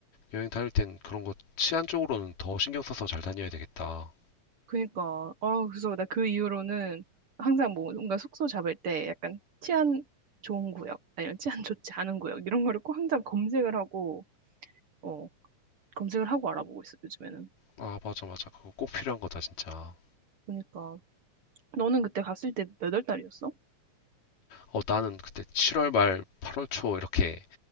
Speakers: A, on the left (about 80°); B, on the right (about 50°).
A: 여행 다닐 땐 그런 거 치안 쪽으로는 더 신경 써서 잘 다녀야 되겠다.
B: 그니까, 아, 그래서 나 그 이후로는 항상 뭐 뭔가 숙소 잡을 때 약간 치안 좋은 구역, 아니면 치안 좋지 않은 구역, 이런 거를 꼭 항상 검색을 하고, 어, 검색을 하고 알아보고 있어, 요즘에는.
A: 아, 맞아, 맞아. 그거 꼭 필요한 거다, 진짜.
B: 그니까. 너는 그때 갔을 때 몇 월 달이었어?
A: 어, 나는 그때 7월 말, 8월 초 이렇게